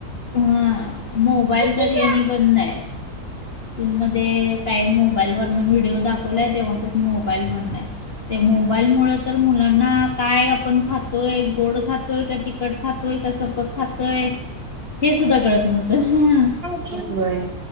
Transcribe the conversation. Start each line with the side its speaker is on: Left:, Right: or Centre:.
Left: हं मोबाईल
Right: होय
Left: तरी आणि बंद आहे. स्कूल मध्ये काही मोबाईल वरन व्हिडिओ दाखवलाय तेव्हा पसून मोबाईल बंद हाय. ते मोबाईल मुळं तर मुलांना काय आपण खातोय गोड खातोय
Right: ते
Left: का तिखट खातोय का, सपक खातोय हे सुद्धा कळत नव्हतं.
Right: व्हय